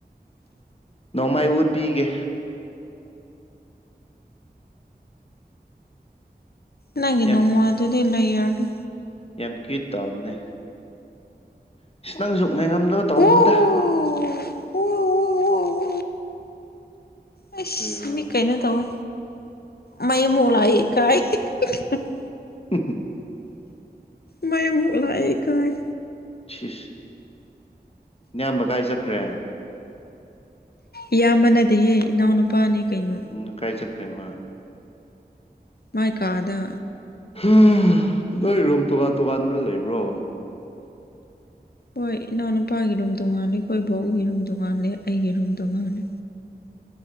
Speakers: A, on the left (about 35°); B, on the left (about 65°).
A: ꯅꯣꯡꯃꯩ ꯎꯠꯄꯤꯒꯦ
B: ꯅꯪꯒꯤ
A: ꯌꯥꯝ
B: ꯅꯣꯡꯃꯥ ꯗꯨꯗꯤ ꯂꯩꯔꯥꯅꯨ
A: ꯌꯥꯝ ꯀꯨꯏꯠ ꯇꯧꯕꯅꯦ <unintelligible> ꯅꯪꯁꯨ ꯉꯥꯏꯉꯝꯗꯕ ꯇꯧꯅꯨꯗ
B: ꯑꯣ ꯑꯣ ꯑꯏꯁ
A: ꯀꯔꯤꯔꯣ
B: ꯃꯤ ꯀꯩꯅꯣ ꯇꯧꯋꯦ ꯃꯩ ꯑꯃꯨꯛ ꯂꯥꯛꯑꯦ ꯏꯀꯥꯏ <unintelligible>
A: <unintelligible>
B: ꯃꯩ ꯑꯃꯨꯛ ꯂꯥꯛꯑꯦ ꯏꯀꯥꯏ
A: ꯁꯤꯁ ꯅꯌꯥꯝꯕ ꯀꯥꯏ ꯆꯠꯈ꯭ꯔꯦ
B: ꯏꯌꯥꯝꯕ ꯅꯠꯇꯦꯍꯦ ꯏꯅꯥꯎ ꯅꯨꯨꯄꯥꯅꯤ ꯀꯩꯅꯣ
A: <unintelligible> ꯀꯥꯏ ꯆꯠꯈ꯭ꯔꯦ ꯃꯥ
B: ꯃꯥꯏ ꯀꯥꯗ
A: <unintelligible> ꯅꯣꯏ ꯔꯨꯝ ꯇꯣꯉꯥꯟ ꯇꯣꯉꯥꯟꯕ ꯂꯩꯕ꯭ꯔꯣ
B: ꯍꯣꯏ ꯏꯅꯥꯎ ꯅꯨꯄꯥꯒꯤ ꯔꯨꯝ ꯇꯣꯉꯥꯜꯂꯦ ꯈꯣꯏ ꯕꯣꯛꯒꯤ ꯔꯨꯝ ꯇꯣꯉꯥꯜꯂꯦ ꯑꯩꯒꯤ ꯔꯨꯝ ꯇꯣꯉꯥꯜꯂꯦ